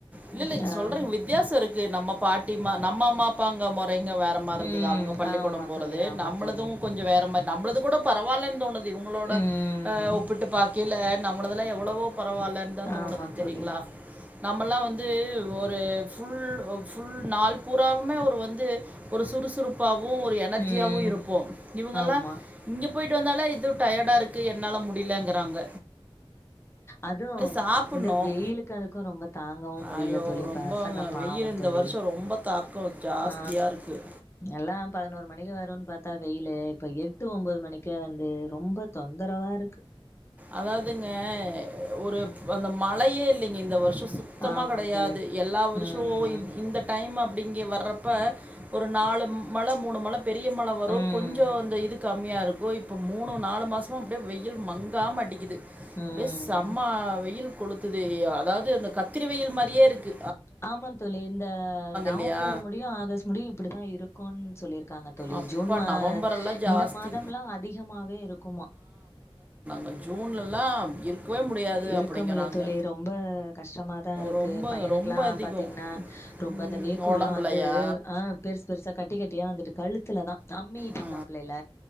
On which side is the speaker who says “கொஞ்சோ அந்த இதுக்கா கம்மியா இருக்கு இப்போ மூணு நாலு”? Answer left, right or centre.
Right